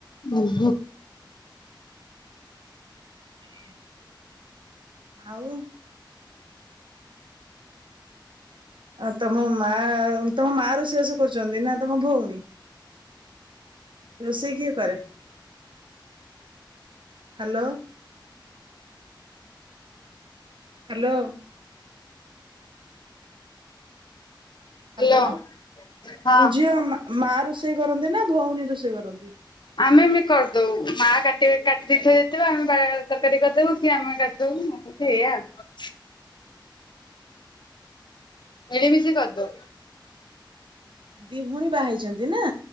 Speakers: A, on the left; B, on the right.
A: ହୁଁ ହୁ।
B: ଆଗିଆଁ। ଆଉ ଆ ତମ ମା ତମ ମା ରୋଷେଇବାସ କରୁଛନ୍ତି ନା ତମ ଭଉଣୀ? ରୋଷେଇ କିଏ କରେ? ହ୍ୟାଲୋ। ହ୍ୟାଲୋ। Hello.
A: hello ହଁ।
B: ଝିଅ ମା ମା ରୁଷେଇ କରନ୍ତି ନା ଭଉଣୀ ରୁଷେଇ କରନ୍ତି?
A: ଆମେ ବି କରିଦଉ। ମା କାଟି କାଟି ଦେଇଥିବ ଯେତେବେଳେ ଆମେ ବାହା ତରକାରୀ କରିଦବୁ କି ଆମେ କାଟିଦବୁ। ସେୟା ଆଉ। ମିଳିମିଶି କରଦଉ।
B: ଦି ଭଉଣୀ ବାହା ହେଇଛନ୍ତି ନା?